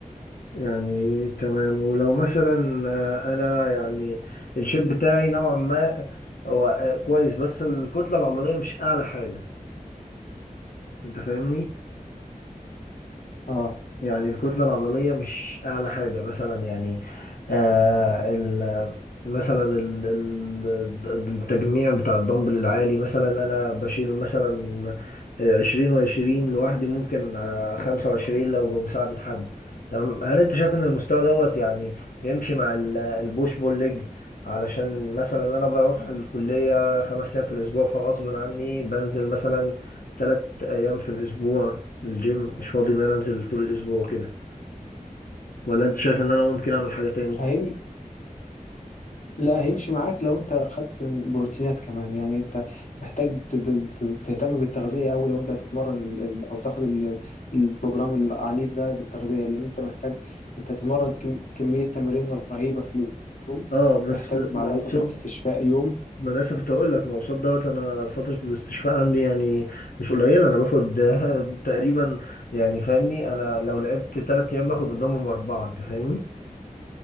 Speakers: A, on the left (about 80°); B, on the left (about 60°).
A: يعني تمام ولو مثلا آه، انا يعني الشيب بتاعي نوعا ما هو آه، كويس بس الكتلة العضلية مش اعلى حاجة انت فاهمني
B: اه
A: يعني الكتلة العضلية مش أعلى حاجة مثلا يعني آه ال مثلا ال- ال- التجميع بتاع الدمبل العالي مثلا أنا بشيل مثلا آه، عشرين وعشرين لوحدي ممكن آه، خمسة وعشرين لو بمساعدة حد تمام هل أنت شايف إن المستوى دوت يعني يمشي مع ال- البوش بول ليج علشان مثلا أنا بروح الكلية خمس أيام في الأسبوع فغصب عني بنزل مثلا تلات أيام في الأسبوع الجيم مش فاضي ان انا انزل طول الاسبوع وكده ولا انت شايف ان انا ممكن اعمل حاجة تاني
B: هيمشي لا هيمشي معاك لو انت خدت بروتينات كمان يعني انت محتاج تد- تز- تهتم بالتغذية أوي لو انت هتتمرن ال... ال- او تاخد ال... البروجرام العنيف ده بالتغذية لأن انت محتاج انت تتمرن كم... كمية تمارين رهيبة في يوم
A: اه بس
B: محتاج
A: ما
B: بعدها
A: هو
B: فترة
A: قصاد
B: استشفاء يوم
A: ما انا لسه كنت هقول لك ما هو قصاد دوت انا فترة الاستشفاء عندي يعني مش قليلة انا باخد <laughs> تقريبا يعني فاهمني انا لو لعبت تلات ايام باخد قدامهم اربعة انت فاهمني